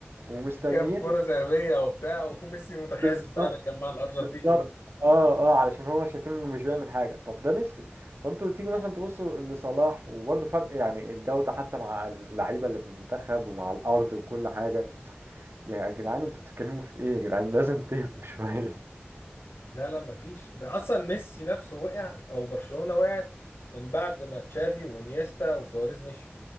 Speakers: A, on the right; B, on the left.
A: ومستنيين
B: شوف كام كرة ذهبية وبتاع وميسي متخاذل
A: بالظبط
B: فعلا كان مع الأرجنتين
A: بالظبط
B: يقول
A: اه اه علشان هو شايفين انه مش بيعمل حاجة طب ده ميسي فانتوا تيجي مثلا تبصوا لصلاح وبرضه فرق يعني الجودة حتى مع اللعيبة اللي في المنتخب ومع الأرض وكل حاجة يا جدعان انتوا بتتكلموا في ايه يا جدعان لازم تهدوا شوية
B: لا لا مفيش ده اصلا ميسي نفسه وقع او برشلونة وقعت من بعد ما تشافي وانيستا وسواريز مشوا